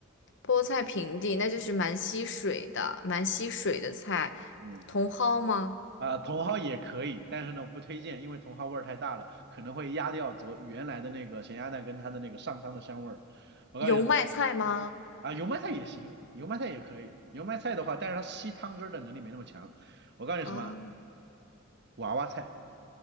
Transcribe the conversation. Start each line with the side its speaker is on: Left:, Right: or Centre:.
Left: 菠菜平地，那就是蛮吸水的，蛮吸水的菜。
Right: 嗯，
Left: 茼蒿吗？
Right: 啊、茼蒿也可以，但是呢，我不推荐，因为茼蒿味儿太大了，可能会压掉昨原来的那个咸鸭蛋跟它的那个上汤的香味儿。我告诉你
Left: 油麦菜吗？
Right: 啊、油麦菜也行，油麦菜也可以。油麦菜的话，但是它吸汤汁儿的能力没那么强。我告诉你什么，
Left: 啊，
Right: 娃娃菜。